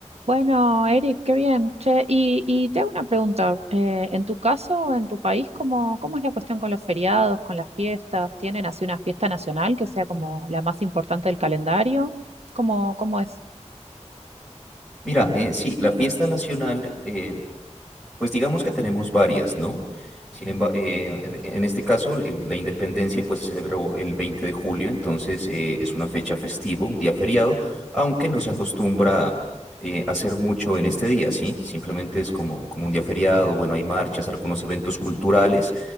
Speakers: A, on the right; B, in the centre.
A: Bueno, Eric, qué bien. Che, y, y te hago una pregunta. eh, en tu caso, en tu país, ¿cómo, cómo es la cuestión con los feriados, con las fiestas? ¿Tienen así una fiesta nacional que sea como la más importante del calendario? ¿Cómo, cómo es?
B: Mira, eh, sí, la fiesta nacional eh, pues digamos que tenemos varias, ¿no? Sin embargo, en este caso, el- la independencia pues, se celebró el veinte de julio, entonces eh, es una fecha festiva, un día feriado, aunque no se acostumbra eh, hacer mucho en este día, ¿sí? Simplemente es como, como un día feriado, bueno, hay marchas, algunos eventos culturales,